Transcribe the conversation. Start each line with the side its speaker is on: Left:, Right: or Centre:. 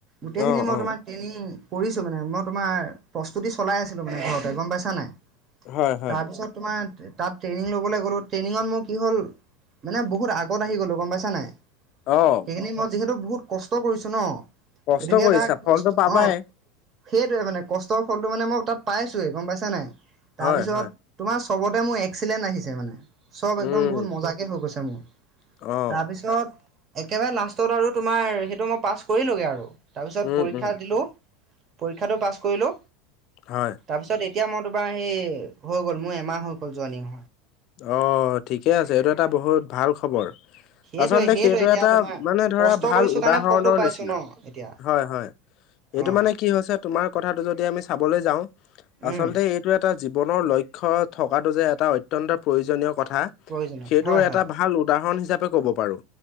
Right: গোটেইখিনি
Left: অ',
Right: মই
Left: অ',
Right: তোমাৰ ট্ৰেইনিং কৰিছো মানে মই তোমাৰ, প্ৰস্তুতি চলাই আছিলো মানে ঘৰতে গম পাইছা নাই?
Left: হয়, হয়,
Right: তাৰপিছত তোমাৰ তাত ট্ৰেইনিং ল'বলৈ গ'লো, ট্ৰেইনিঙত মোৰ কি হ'ল মানে বহুত আগত আহি গলো গম পাইছা নাই?
Left: অ',
Right: সেইখিনি মই যিহেতু বহুত কষ্ট কৰিছো ন?
Left: কষ্ট
Right: গতিকে
Left: কৰিছা
Right: এটা
Left: ফলটো
Right: কষ্ট
Left: পাবাই
Right: অ সেইটোৱে মানে কষ্টৰ ফলটো মানে মই তাত পাইছোৱেই গম পাইছা নাই? তাৰপিছত
Left: হয়, হয়,
Right: তোমাৰ চবতে মোৰ এক্সিলেণ্ট আহিছে মানে, চব
Left: উম,
Right: একদম বহুত মজাকে হৈ গৈছে মোৰ।
Left: অ',
Right: তাৰপিছত, একেবাৰে লাষ্টত আৰু তোমাৰ সেইটো মই পাছ কৰিলোগে আৰু। তাৰপিছত
Left: উম,
Right: পৰীক্ষা
Left: উম,
Right: দিলো, পৰীক্ষাটো পাছ কৰিলো,
Left: হয়,
Right: তাৰপিছত এতিয়া মই তোমাৰ সেই হৈ গ'ল মোৰ এমাহ হৈ গ'ল জয়নিং।
Left: অ ঠিকে আছে এইটো এটা বহুত ভাল খবৰ।
Right: সেইটোৱে
Left: আচলতে
Right: সেইটোৱে
Left: সেইটো
Right: এতিয়া
Left: এটা
Right: তোমাৰ
Left: মানে ধৰা
Right: কষ্ট
Left: ভাল
Right: কৰিছো
Left: উদাহৰণৰ
Right: কাৰণে ফলটো পাইছো
Left: নিচিনা
Right: ন এতিয়া
Left: হয় হয়। এইটো
Right: অ
Left: মানে কি হৈছে তোমাৰ কথাটো যদি আমি চাবলৈ যাওঁ, আচলতে
Right: উম
Left: এইটো এটা জীৱনৰ লই ক্ষ্য থকাটো যে এটা অত্যন্ত প্ৰয়োজনীয় কথা,
Right: প্ৰয়োজনীয়
Left: সেইটোৰ
Right: হয়
Left: এটা
Right: হয়
Left: ভাল উদাহৰণ হি হিচাপে ক'ব‌ পাৰো।